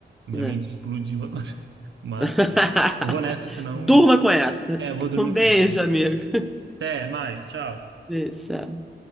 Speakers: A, on the right (about 75°); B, in the centre.
A: Minha
B: É.
A: mente explodiu agora. <laughs> Mas
B: <laughs>
A: vou nessa, senão.
B: Durma com essa.
A: É, eu vou dormir
B: Um beijo,
A: com essa.
B: amigo. <laughs>
A: Até mais, tchau.
B: Beijo. Tchau.